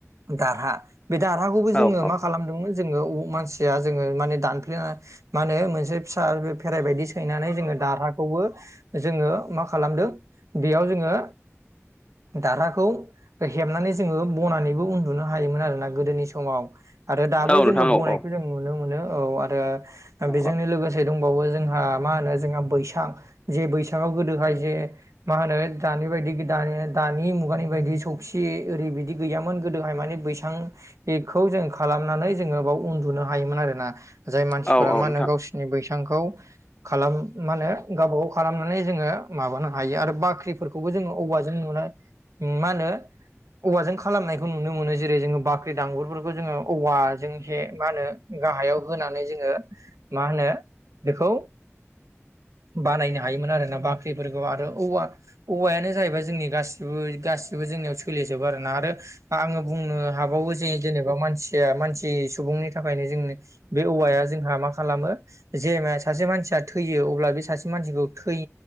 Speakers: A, on the right; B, on the left.
A: दारहा बे दारहाखौबो
B: औ
A: जोङो
B: औ
A: मा खालामदोंमोन। जोङो मानसिया जोङो माने दानफ्लेना माने मोनसे फिसा बे खेराइ बायदि सैनानै जोङो दारहाखौबो जोङो मा खालामदों बेयाव जोङो। दारहाखौ हेबनानै जोङो बनानैबो उन नुनो हायोमोन आरोना गोदोनि समाव आरो दाबो
B: औ नोंथां
A: जोङो बनायखौ
B: औ औ
A: जोङो नुनो मोनो औ आरो
B: औ
A: बेजोंनो लोगोसे दंबावो जोंहा मा होनो जोंहा बैसां जे बैसांआव गोदोहाय जे मा होनो दानि बायदि दानि दानि मुगानि बायदि सौखि ओरै बिदि गैयामोन गोदोहाय माने बैसां बेखौ जों खालामनानै जोङो बाव उन्दुनो हायोमोन आरोना जाय मानसिफोरा
B: औ औ
A: मा
B: नोंथां
A: होनों गावसोर। बैसांखौ खालामो मा होनो गावबा गाव खालामनानै जोङो माबानो हायो आरो बाख्रिफोरखौबो जोङो औवाजों नुनो मा होनो? औवाजों खालामनायखौ नुनो मोनो जेरै जोङो बाख्रि दांगगुरफोरखौ जोङो औवाजों हेब मा होनो? गाहायाव होनानै जोङो मा होनो बेखौ बानायनो हायोमोन आरो ना बाख्रिफोरखौ आरो औवा। औवायानो जाहैबाय जोंनि गसिबो गासिबो जोंनियाव सोलिजोबो आरोना आरो ना। आङो बुंनो हाबावो जे जेनेबा मानसिया मानसि सुबुंनि थाखायनो बे औवाया जोंहा मा खालामो जे सासे मानसिया थैयो अब्ला बे सासे मानसिखौै